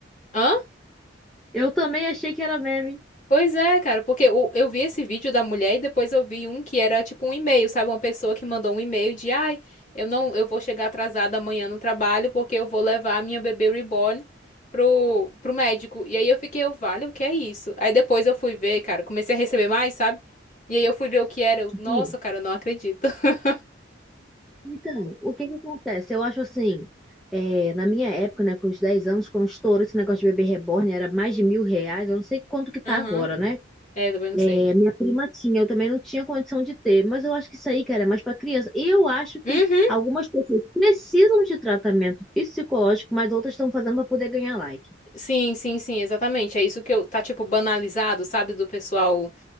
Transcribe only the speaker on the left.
"Hã?
Pois é, cara, porque o- eu vi esse vídeo da mulher e depois eu vi um que era tipo um e-mail, sabe? Uma pessoa que mandou um e-mail de, ai, eu não, eu vou chegar atrasada amanhã no trabalho porque eu vou levar a minha bebê reborn pro, pro médico. E aí eu fiquei, eu, vale, o que é isso? Aí depois eu fui ver, cara, comecei a receber mais, sabe? E aí eu fui ver o que era. eu, Nossa,
cara, eu não acredito. <laughs>
Aham.
É, também não
sei.
Uhum.
Sim, sim, sim, exatamente. É isso que eu, tá tipo banalizado, sabe, do pessoal